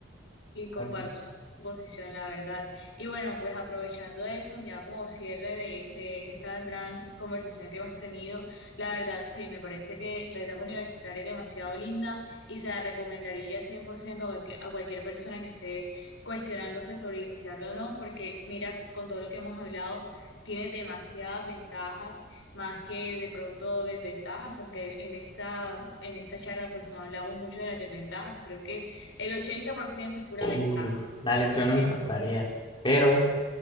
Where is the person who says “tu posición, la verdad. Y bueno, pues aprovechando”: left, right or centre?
Left